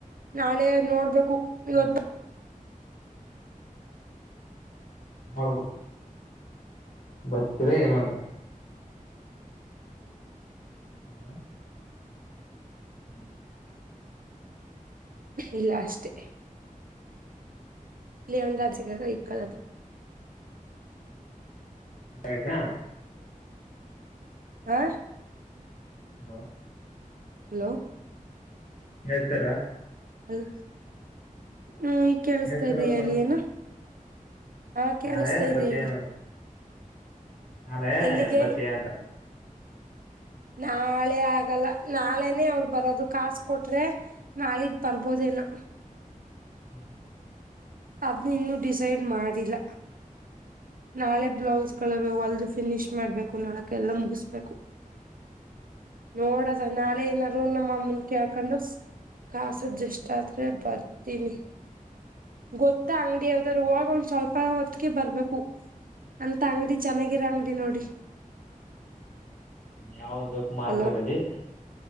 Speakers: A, on the right; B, on the left.
A: ನಾಳೆ ನೋಡ್ಬೇಕು
B: ಹ್ಮ್
A: ಇವತ್
B: ನೋಡ್ಬ ಬರ್ತೀರಾ ಏನು ಅಂತ ಹ್ಮ ಹಲೋ
A: ಇಲ್ಲ ಅಷ್ಟೇ ಇಲ್ಲಿ ಒಂದು ಅರ್ಜಿಕಾಗ ಇಕ್ಕಾಲದು
B: ಹಾ <unintelligible>
A: ಹ
B: ಹಲೋ
A: ಹಲೋ
B: ಕೇಳುಸ್ದ
A: ಅಲ್ ಹ್ಮ ಈ ಕೇಳಿಸತಾ
B: ಹೇಳ್ತಾರಪ್ಪ
A: ಇದೀಯ ಅಲ್ಲಿ
B: ಅಂದೆ
A: ಏನ ಹಾ ಕೇಳಿಸತಾ
B: ನಾಳೆ
A: ಇದ
B: ಬತ್ತೀಯೇನು
A: ಹೇಳಿ
B: ಅಂತ ನಾಳೆ
A: ಎಲ್ಲಿಗೆ
B: ಬತ್ತಿ ಆತ
A: ನಾಳೆ ಆಗಲ್ಲ ನಾಳೆನೇ ಅವರು ಬರೋದು ಕಾಸ ಕೊಟ್ರೆ ನಾಳಿದ್ದು ಬರ್ಬೋದೇನು
B: ಹ್ಮ್
A: ಅದ ಇನ್ನು ಡಿಸೈಡ್ ಮಾಡಿಲ್ಲ ನಾಳೆ ಬ್ಲೌಸ್ ಕಳವು ಅಲ್ದು ಫಿನಿಶ್ ಮಾಡ್ಬೇಕು ನಡಕ ಎಲ್ಲ ಮುಗಿಸ್ಬೇಕು ನೋಡದ ನಾಳೆ ಏನಾರರು ನಮ್ಮಮ್ಮನ್ ಕ ಹಳ್ಕೊಂಡು- ಕಾಸದ ಆಜಷ್ಟು ಆದ್ರೆ ಬರ್ತೀನಿ ಗೊತ್ತಾ ಅಂಗಡಿ, ರುವಾಗ ಒಂದ್ ಸ್ವಲ್ಪ ಹೊತ್ತಿಗೆ ಬರ್ಬೇಕು. ಅಂತ ಅಂಗಡಿ ಚೆನ್ನಾಗಿರ ಅಂಗಡಿ ನೋಡಿ.
B: ಯಾವ್ದ್ ಬೇಕು ಮಾರ್ಕೆಟ
A: ಹಲೋ
B: ಅಲ್ಲಿ